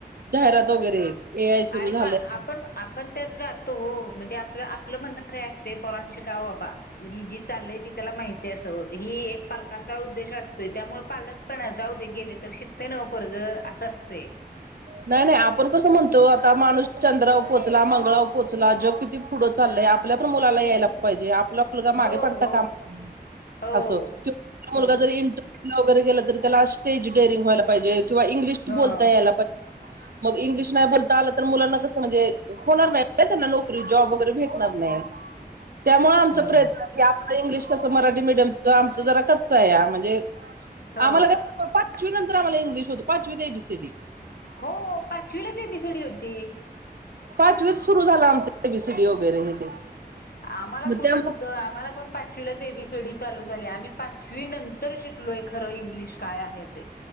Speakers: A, on the right; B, on the left.
A: जाहिरात वगैरे ए., सुरू
B: आणि
A: झालंय
B: म आप... पण आपण त्यात जातो हो म्हणजे आपलं आपलं म्हणणं काय असते पोरांनो शिकाव बाबा... ही जी चाललय ती त्याला माहिती अस ही एक पालकां.. चा उद्देश असतोय त्यामुळे पालक पण जाऊ दे गेले तर शिकते नव पोरग असं असते...
A: नाही नाही आपण कसं म्हणतो आता माणूस चंद्रावर पोचला मंगळाव पोचला जग किती पुढं चाललंय.... आपल्या पण मुलाला
B: हम्म.
A: यायला पाहिजे आपला मुलगा
B: हो
A: मागे पडता
B: हो
A: कामा...
B: हो
A: अस किं मुलगा
B: हो
A: जरी इंरे.. वगैरे त तर त्याला स्टेज डेअरिंग व्हायला पाहिजे वा इंग्लिश
B: हो
A: बोलता यायला पाहिजे. मग इंग्लिश नाही बोलता आलं तर मुलांना कसं म्हणजे... होणार नाही त्यांना नोकरी जॉब वगैरे भेटणार नाही त्यामुळे आमचा
B: हो
A: प्रयत्न... की आप इंग्लिश कसं मराठी मीडियम च आमच जरा कच्च आहे या म्हणजे
B: हो
A: आम्हाला क... पाचवी नंतर आम्हाला इंगलिश होत पाचवी ते एबीसीडी
B: हो पाचवीलाच एबिसीडी होती...
A: पाचवीत सुरु झाला आमच एबीसीडी वगैरे हे ते...
B: आम्हाला कुठे
A: त्यामुळे
B: हो... तर आम्हाला पण पाचवीलाच एबीसीडी चालू झाली आम्ही पाचवी नंतर शिकलोय खरं इंग्लिश काय आहे ते....